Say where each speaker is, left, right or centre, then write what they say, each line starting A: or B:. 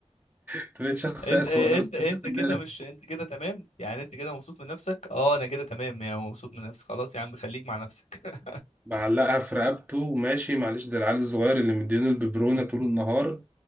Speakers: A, on the right (about 15°); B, on the left (about 70°).
A: انت بقيت شخص
B: انت
A: أسوأ
B: انت
A: لو انت
B: انت
A: مش واخد
B: كده
A: بالك
B: مش انت كده تمام يعني انت كده مبسوط من نفسك اه انا كده تمام يعني مبسوط من نفسي خلاص يا عم خليك مع نفسك
A: معلقها في رقبته وماشي معلش زي العيال الصغير اللي مدينه الببرونة طول النهار